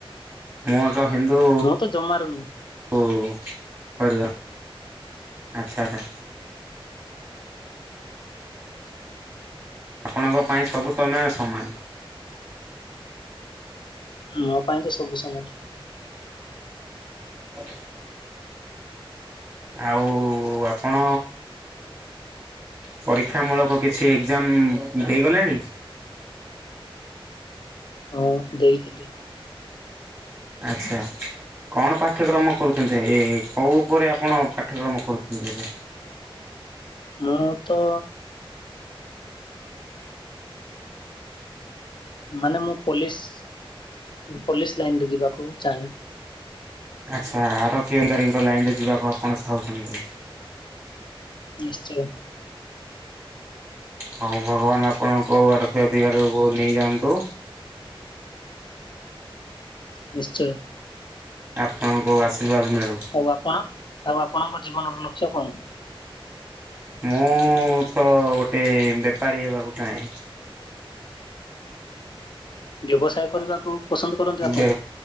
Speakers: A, on the right; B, on the left.
A: ମୁଁ ଏକ ହିନ୍ଦୁ
B: ମୁଁ ତ ଜମାରୁ ନୁହେଁ।
A: ଓ କରିବା ଆଚ୍ଛା ଆ ଆପଣଙ୍କ ପାଇଁ ସବୁ ସମୟ ସମାନ।
B: ମୋ ପାଇଁ ତ ସବୁ ସମାନ।
A: ହଁ। ଆଉ ଆପଣ ପରୀକ୍ଷା ମୂଳକ କିଛି ଏକ୍ଜାମ ହେଇଗଲେଣି?
B: ହୁଁ ଦେଇଥିଲି।
A: ଆଚ୍ଛା। କଣ ପାଠ୍ୟକ୍ରମ କରୁଛନ୍ତି ଏ ଏ କେଉଁ ଉପରେ ଆପଣ ପାଠ୍ୟକ୍ରମ କରୁଛନ୍ତି ଏବେ?
B: ମୁଁ ତ ମାନେ ମୁଁ ପୋଲିସ ପୋଲିସ ଲାଇନରେ ଯିବାକୁ ଚାହେଁ।
A: ଆଛା ଆରକ୍ଷୀ ଅଧିକାରୀଙ୍କ ଲାଇନରେ ଯିବାକୁ ଆପଣ ଚାହୁଁଛନ୍ତି।
B: ନିଶ୍ଚୟ।
A: ହଉ ଭଗବାନ ଆପଣଙ୍କ ଆରକ୍ଷ ଅଧିକାରକୁ ନେଇଯାଆନ୍ତୁ।
B: ନିଶ୍ଚୟ।
A: ଆପଣଙ୍କୁ ଆଶୀର୍ବାଦ ମିଳୁ।
B: ଆଉ ଆପଣ ଆଉ ଆପଣଙ୍କ ଜୀବନର ଲକ୍ଷ୍ୟ କଣ?
A: ମୁଁ ତ ଗୋଟେ ବେପାରୀ ହେବାକୁ ଚାହେଁ।
B: ବ୍ୟବସାୟ କରିବାକୁ? ପସନ୍ଦ କରନ୍ତି ଆପଣ?
A: ବେ